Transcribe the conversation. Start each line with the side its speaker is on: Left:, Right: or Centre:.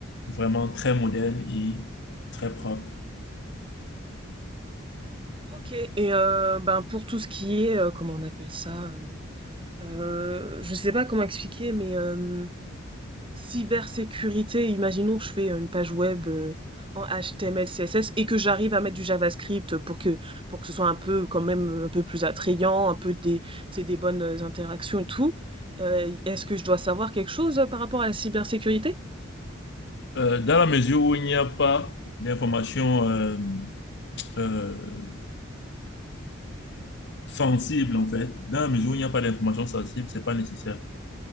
Left: vraiment très moderne et très propre.
Right: Ok. Et euh, ben pour tout ce qui est, euh, comment on appelle ça? euh, je sais pas comment expliquer, mais euh, cybersécurité, imaginons que je fais une page web euh, en HTML, CSS et que j'arrive à mettre du JavaScript pour que, pour que ce soit un peu quand même un peu plus attrayant, un peu des, tu sais, des bonnes interactions et tout. Euh, est-ce que je dois savoir quelque chose euh, par rapport à la cybersécurité?
Left: Euh, dans la mesure où il n'y a pas d'informations euh, euh, sensibles, en fait, dans la mesure où il n'y a pas d'informations sensibles, c'est pas nécessaire.